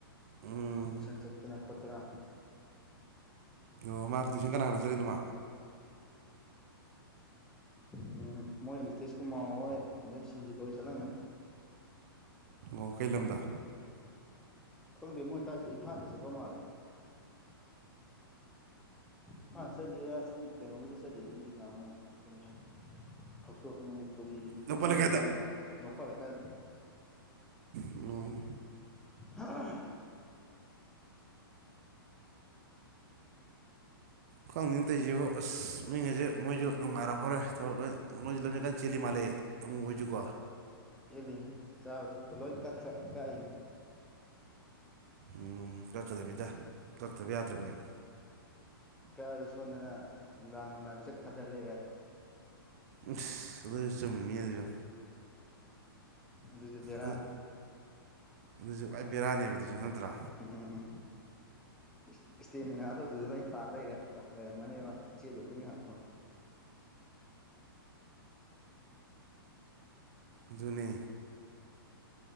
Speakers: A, on the right; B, in the centre.
A: ꯎꯝ
B: ꯇꯨꯏꯁꯟ ꯆꯠꯄ ꯆꯠꯇꯅ ꯈꯣꯠꯇꯅ
A: ꯑꯣ ꯃꯥ ꯇꯨꯁꯟ ꯀꯅꯥꯅ ꯆꯠꯂꯤꯅꫭ ꯃꯥ
B: ꯎꯝ ꯃꯣꯏ ꯁꯇꯤꯁ ꯀꯨꯃꯥꯔ ꯍꯣꯏ ꯑꯗꯩ ꯁꯟꯖꯤꯠ ꯍꯣꯏ ꯆꯠꯂꯝꯒꯅꯤ
A: ꯉꯣ ꯀꯩ ꯂꯝꯗ
B: ꯈꯪꯗꯦ ꯃꯣꯏ ꯀꯥꯏꯆꯠꯂꯤꯅꫭ ꯏꯝꯐꯥꯟꯗ ꯆꯠꯄ ꯃꯥꯜꯂꯦ ꯏꯝꯐꯥꯜ ꯆꯠꯂꯤꯔ ꯁꯤ ꯀꯩꯅꯣꯒꯤꯗ ꯆꯠꯂꯤꯔꯗꯤ ꯈꯪꯗꯦ ꯉꯥꯉꫭꯝ ꯊꫭꯛꯆꫭꯝ ꯀꯔꯤ
A: ꯅꯧꯄꯜ
B: ꯑꯃ
A: ꯂꯩꯀꯥꯏꯗ
B: ꯂꯩꯗꯥꯅꯦ ꯂꯧꯄꯥꯜ ꯂꯩꯀꯥꯏꯗ
A: ꯎꯝ
B: ꯍꯥꯑꯑ
A: ꯈꯪꯗꯦꯅꯦ ꯇꯧꯔꯤꯖꯤꯕꫭ ꯑꯥꯁ ꯃꯤꯉꯁꯦ ꯃꯣꯏꯁꯨ ꯅꯨꯡꯉꯥꯏꯔꯝꯃꯔꫭꯏ ꯊꯕꯛ ꯂꯣꯏ ꯃꯣꯏꯁꯨ ꯂꯝꯖꯦꯟ ꯀꯟ ꯆꯦꯜꯂꯤ ꯃꯥꯜꯂꯦ ꯑꯃꯨꯛ ꯍꫭꯏꯁꯨꯀꯣ
B: ꯆꯦꯂꯤꯃꯤ ꯆꯥꯕ ꯊꯛꯄ ꯂꯣꯏ ꯀꯛꯈꯔꯦ ꯀꯛꯑꫯꯕꯅꯤ
A: ꯎꯝ ꯀꯛꯀꯗꯕꯅꯤꯗ ꯀꯛꯇꯕ ꯌꯥꯗ꯭ꯔꯕꯅꯦꯕ
B: ꯀꯛꯑꯖꯨ ꯁꯣꯟꯗꯅ ꯅꯨꯡꯗꯥꯡ ꯅꯨꯡꯗꯥꯡ ꯖꯥꯛ ꯊꯥꯗ ꯂꯩꯔꯦ
A: ꯑꯥꯁ ꯑꯗꯨꯖꯨ ꯆꯨꯝꯃꯤ ꯃꯤ ꯑꯗꯨꯁꯨ
B: ꯑꯗꯨꯁꯨ ꯕꯦꯔꯥꯅꯤ
A: ꯑꯗꯨ ꯑꯗꯨꯁꯨ ꯈꯋꯥꯏ ꯕꯦꯔꯥꯅꯦꯕ ꯑꯗꯨꯁꯨ ꯅꯠꯇ꯭ꯔꯥ
B: ꯎꯝ ꯏꯁꯇꯦꯃꯤꯅꯥꯗ ꯑꯗꯨꯗ ꯂꫭꯏ ꯇꯥꯜ ꯂꯩꯔꯦ ꯂꯩꯔꯝꯃꯅꯦꯕ ꯆꯦꯜꯂꯨꯕ ꯃꯌꯥꯝ ꯗꫭ
A: ꯑꯗꯨꯅꯦ